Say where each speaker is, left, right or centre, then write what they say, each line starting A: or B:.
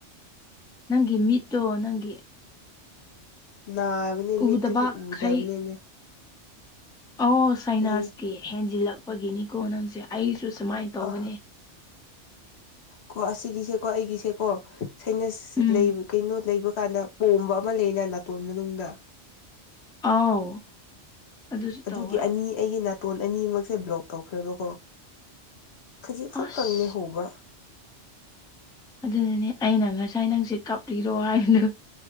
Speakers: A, in the centre; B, on the left.
A: ꯅꯪꯒꯤ ꯃꯤꯠꯇꯣ ꯅꯪꯒꯤ
B: ꯅꯥꯕꯅꯦ ꯃꯤꯠꯇꯨꯁꯨ
A: ꯎꯗꯕꯈꯩ
B: ꯎꯗꯕꯅꯤꯅꯦ
A: ꯑꯧ ꯁꯥꯏꯅꯥꯁꯀꯤ
B: ꯎꯝ
A: ꯍꯦꯟꯖꯤꯜꯂꯛꯄꯒꯤꯅꯤꯀꯣ ꯅꯪꯁꯦ ꯑꯩꯁꯨ ꯁꯨꯃꯥꯏꯅ ꯇꯧꯕꯅꯦ
B: ꯑ ꯀꯣ ꯑꯁꯤꯒꯤꯁꯦꯀꯣ ꯑꯩꯒꯤꯁꯦꯀꯣ ꯁꯩꯅꯁ
A: ꯎꯝ
B: ꯀꯩꯅꯣ ꯂꯩꯕ ꯀꯥꯟꯗ ꯄꯣꯝꯕ ꯑꯃ ꯂꯩꯅ ꯅꯥꯇꯣꯟ ꯃꯅꯨꯡꯗ
A: ꯑꯥꯎ ꯑꯗꯨꯁꯨ
B: ꯑꯗꯨꯒꯤ
A: ꯇꯧꯕ
B: ꯑꯅꯤ ꯑꯩꯒꯤ ꯅꯥꯇꯣꯟ ꯑꯅꯤꯃꯛꯁꯦ ꯕ꯭ꯂꯣꯛ ꯇꯧꯈ꯭ꯔꯦꯕꯀꯣ ꯈꯖꯤꯛ ꯈꯛꯇꯪꯅꯤ
A: ꯑꯁ
B: ꯍꯧꯕ
A: ꯑꯗꯨꯅꯅꯦ ꯑꯩꯅ ꯉꯁꯥꯏ ꯅꯪꯁꯦ ꯀꯥꯞꯂꯤꯔꯣ ꯍꯥꯏꯕꯗꯨꯣ